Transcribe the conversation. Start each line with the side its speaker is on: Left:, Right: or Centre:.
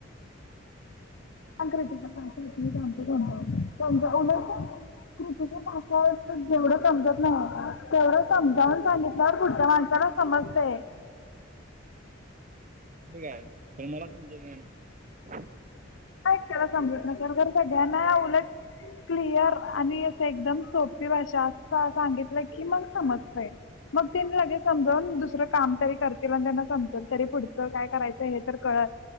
Left: क्रिटिकल भाषा त मी सांगतो समजाउन उलट समजाल क्रिटिकल भाषा जेवढं समजत नाही. तेवढं समजावून सांगितल्यावर पुढच्या माणसाला समजतेय.
Right: होय काय पण मला मला समज नाही ना.
Left: तुला एकट्याला समजत नसेल. तर सगळ्यांना उलट क्लियर आणि असं एकदम सोपी भाषा असं सांगितलं की. मग समजतय मग ते मी समजवून दुसरं काम तरी करतील. आणि त्यांना समजल तरी पुढचं काय करायचंय हे तर कळत